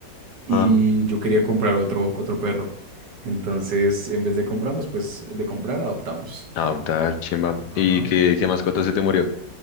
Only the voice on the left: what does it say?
ah,
adoptar,
chimba,
¿y qué, qué mascota se te murió?